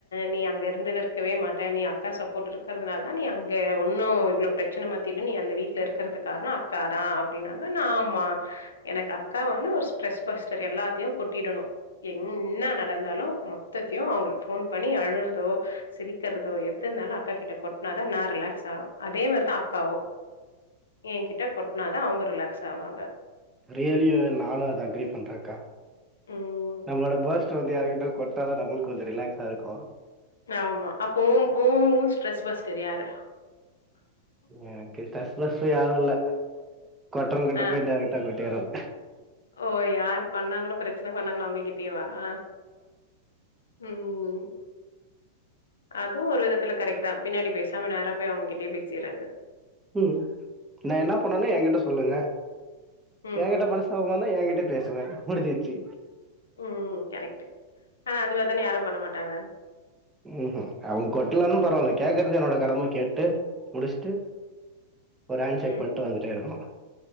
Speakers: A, on the left (about 85°); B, on the right (about 15°).
A: நீ அங்க இருந்துருக்கவே மாட்ட நீ அக்கா சப்போர்ட் இருக்கற்துனால தா நீ அங்க ஒ இன்னு இவ்ளோ ப்ரச்சன மத்தில நீ அந்த வீட்ல இருக்கற்துக் காரணொ அக்காதா அப்டின்னாங்க நா ஆமா எனக்கு அக்கா வந்து ஒரு ஸ்ட்ரெஸ் பஸ்டர் எல்லாத்தையு கொட்டிடணு என்னா நடந்தாலு மொத்தத்தியு அவுங்களுக் ஃபோன் பண்ணி அழுற்தோ சிரிக்கெறதோ எதுருந்தாலு அக்காக் கிட்ட கொட்டனாதா நா ரிலாக் ஸாவு அதே மார்தா அக்காவு ஏங்க்கிட்ட கொட்டனாதா அவ்ங்கொ ரிலாக்ஸ் ஆவாங்க
B: ரியலியு நானு அத அக்ரி பண்றக்கா
A: ம்.
B: நம்மளோட பஸ் ட வந்து யாருக்கிட்ட கொட்னாதா நம்மளுக் கொஞ்சொ ரிலாக்ஸா இருக்கு
A: ஆமா அப்போ உம் ஊ ஊ ஸ்ட்ரெஸ் பஸ்டர் யாரு
B: எனக்கு டஸ் பஸ்ட்ரு யாரு இல்ல கொட்றவுங்கிட்ட
A: ஆ.
B: போய் டேரக்டா கொட்டிர்றது
A: ஓ யார் பண்ணாங்களோ ப்ரச்சன பண்ணாங்ளோ அவுங்ககிட்டேவா ஆ ம் ம் அதுவு ஒரு விதத்துல கரெக்ட் தா பின்னாடி பேசாம நேரா போய் அவுங்ககிட்டயே பேசிர்றது
B: ம் நா என்ன பண்ணாலு
A: ம்.
B: ஏங்கிட்ட சொல்லுங்க
A: ம்.
B: ஏங்கிட்ட மனஸ்தாபொர்ந்தா ஏங்கிட் ட பேசுங்க முடிஞ்சிச்சி
A: ம் கரெக்ட்டு ஆனா அது மேர் தான யாரும் பண்ணமாட்டாங்க
B: ம்ஹும் அவ்ங் கொட்லன்னு பரவா இல்ல கேக்கற்து என்னோட கடம கேட்டு முடிஷ்ட்டு ஒரு ஆண்ட் ஷேக்
A: ம்.
B: பண்ட்டு வந்துட்டே இருக்கணு